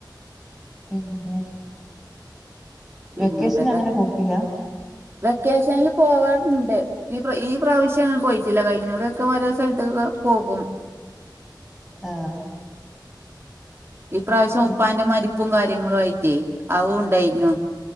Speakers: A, in the centre; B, on the right (about 30°).
A: പിന്നെ
B: പിന്നെന്തൊക്കെ
A: വെക്കേഷൻ അങ്ങനെ പോക്കില്ല
B: വെക്കേഷനില് പോവാല്ണ്ട്. ഈ പ്രാ ഈ പ്രാവശ്യം പോയിട്ടില്ല കഴിഞ്ഞൊറൊക്കെ ഓരോ സലത്തൊക്കെ പോകും.
A: ആഹ്
B: ഈ പ്രവശ്യം
A: ഉം
B: ഉപ്പാന്റെ മരിപ്പും കാര്യങ്ങളും ആയിട്ടേ ആവും ഉണ്ടായിനു.